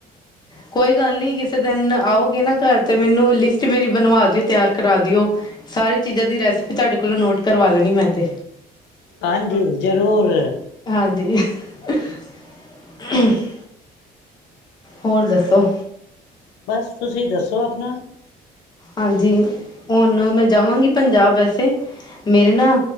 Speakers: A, on the left; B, on the left.
A: ਕੋਈ ਗੱਲ ਨੀ ਕਿਸੇ ਦਿਨ ਆਓਗੇ ਨਾ ਘਰ ਤੇ ਮੈਨੂੰ ਲਿ ਮੇਰੀ ਬਣਵਾ ਦਿਓ ਤਿਆਰ ਕਰਾ ਦਿਓ, ਸਾਰੀ ਚੀਜ਼ਾਂ ਦੀ ਰੈਸਪੀ ਤੁਹਾਡੇ ਕੋਲੋਂ ਨੋਟ ਕਰਵਾ ਲੈਣੀ ਮੈਂ ਤੇ।
B: ਹਾਂਜੀ ਜ਼ਰੂਰ
A: ਹਾਂਜੀ। <unintelligible> ਹੋਰ ਦੱਸੋ?
B: ਬਸ ਤੁਸੀਂ ਦੱਸੋ ਆਪਣਾ।
A: ਹਾਂਜੀ, ਹੁਣ ਮੈਂ ਜਾਵਾਂਗੀ ਪੰਜਾਬ ਵੈਸੇ। ਮੇਰੇ ਨਾ